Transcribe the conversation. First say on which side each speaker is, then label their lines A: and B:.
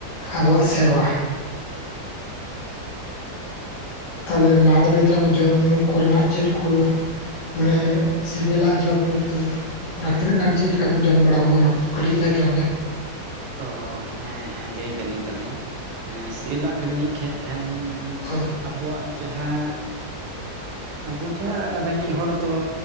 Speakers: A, on the left; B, on the right.
A: ᱟᱵᱚᱣᱟᱜ ᱥᱮᱨᱣᱟ᱾ ᱛᱟᱦᱚᱞᱮ ᱞᱟᱦᱟ ᱫᱚ ᱞᱟᱹᱭ ᱛᱟᱞᱟᱝ ᱢᱮ ᱡᱚᱢ ᱧᱩ ᱠᱚᱨᱮᱱᱟᱜ ᱪᱮᱫ ᱠᱚ ᱢᱟᱱᱮ ᱥᱮᱵᱮᱞᱟᱜ ᱡᱚᱢ ᱧᱩ ᱠᱚ ᱚᱱᱟ ᱛᱤᱱᱟᱹᱜ ᱜᱟᱱ ᱪᱮᱫ ᱞᱮᱠᱟᱵᱤᱱ ᱡᱚᱢ ᱵᱟᱲᱟᱣ ᱠᱟᱫᱟ ᱚᱱᱟ ᱠᱟᱹᱴᱤᱡ ᱞᱟᱹᱭ ᱛᱟᱞᱟᱝ ᱢᱮ
B: ᱚ ᱦᱮᱸ ᱦᱮᱸ ᱞᱟᱹᱭ ᱫᱟᱞᱤᱧ ᱛᱟᱞᱦᱮ ᱥᱤᱞᱟᱜ ᱵᱮᱱ ᱞᱟ. ᱭ ᱠᱮᱫ ᱠᱷᱟᱱ
A: ᱦᱳᱭ
B: ᱟᱵᱚᱣᱟᱜ ᱡᱟᱦᱟᱸ ᱟᱵᱚ ᱡᱟᱦᱟᱸ ᱨᱮᱸᱜᱮᱡ ᱦᱚᱲ ᱫᱚ